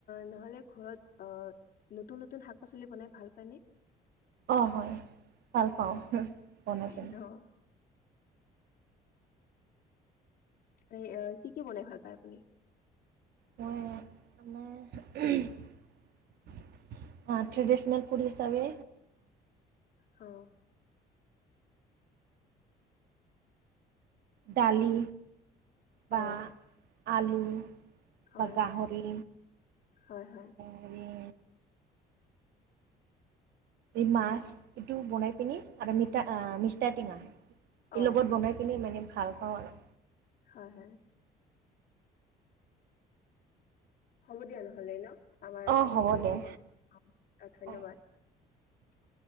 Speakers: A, on the left; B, on the right.
A: নহলে ঘৰত নতুন নতুন শাক পাচলি বনাই ভাল পনে
B: অ হয় ভাল পাওঁ
A: অ
B: বনাই পনোই
A: অ এই কি কি বনাই ভাল পায় আপুনি
B: মই মানে ট্ৰেডিশনেল ফুড হিচাপে
A: অ
B: দালি
A: অ',
B: বা আলু
A: হয়,
B: বাগাহৰি
A: হয়, হয়,
B: আৰু এই মাছ এইটো বনাই পিনি আৰু মিা মিা টেঙা
A: অ',
B: লগত
A: হয়,
B: বনাই পিনি মানে ভাল পাওঁ আৰু
A: হয় হয় হ'ব দিয়া নহলে ন আমাৰ
B: অঁ
A: সময়টোও
B: হ'ব দে
A: হৈ গ'ল ধন্যবাদ
B: অঁ